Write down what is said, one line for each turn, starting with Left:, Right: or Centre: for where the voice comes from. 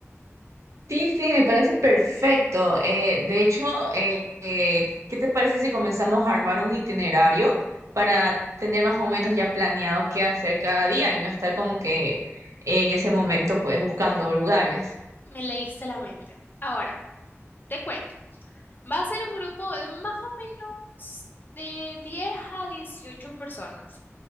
Right: Sí, sí, me parece perfecto. Eh, de hecho, eh, eh, ¿qué te parece si comenzamos a armar un itinerario para tener más o menos ya planeado qué hacer cada día y no estar como que en ese momento pues buscando lugares?
Left: Me leíste la mente. Ahora, te cuento. Va a ser un grupo de más o menos de 10 a 18 personas.